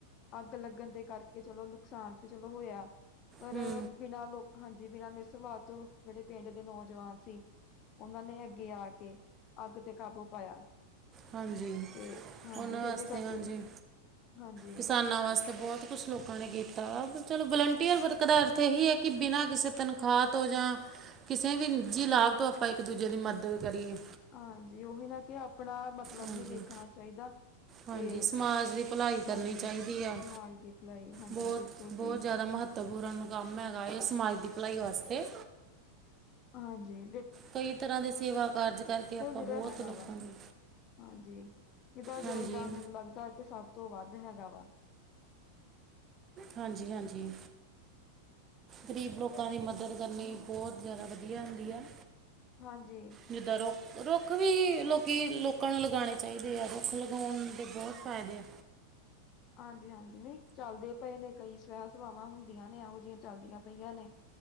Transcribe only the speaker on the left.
ਅੱਗ ਲੱਗਣ ਦੇ ਕਰਕੇ ਚਲੋ ਨੁਕਸਾਨ ਤੇ ਚਲੋ ਹੋਇਆ ਪਰ
ਬਿਨਾਂ ਲੋਕ ਹਾਂਜੀ, ਬਿਨਾਂ ਨਿਰ ਸਵਾ ਤੋਂ ਜਿਹੜੇ ਪਿੰਡ ਦੇ ਨੌਜਵਾਨ ਸੀ ਉਹਨਾਂ ਨੇ ਅੱਗੇ ਆ ਕੇ ਅੱਗ ਤੇ ਕਾਬੂ ਪਾਇਆ।
ਤੇ ਹਾਂਜੀ
ਤੇ
ਇਹਦੇ ਕਰਕੇ
ਵੀ ਹਾਂਜੀ
ਹਾਂਜੀ, ਉਹੀ ਨਾ ਕੇ ਆਪਣਾ ਮਤਲਬ
ਨੀ ਵੇਖਣਾ ਚਾਹੀਦਾ।
ਤੇ
ਹਾਂਜੀ
ਸਮਾਜ ਦੀ ਭਲਾਈ ਹਾਂਜੀ
ਬਿਲਕੁਲ
ਜੀ
ਹਾਂਜੀ।
ਉਹ ਜਿਹੜਾ
ਹੈਗਾ
ਵਾ
ਹਾਂਜੀ, ਇਹਦਾ
ਯੋਗਦਾਨ ਮੈਨੂੰ ਲੱਗਦਾ ਕਿ ਸਭ ਤੋਂ ਵੱਧ ਹੈਗਾ ਵਾ।
ਹਾਂਜੀ।
ਹਾਂਜੀ, ਹਾਂਜੀ ਨਹੀਂ ਚੱਲਦੇ ਪਏ ਨੇ ਕਈ ਸਵੈ ਸਵਾਵਾਂ ਹੁੰਦੀਆਂ ਨੇ ਇਹੋ ਜਿਹੀਆਂ ਚੱਲਦੀਆਂ ਪਈਆਂ ਨੇ।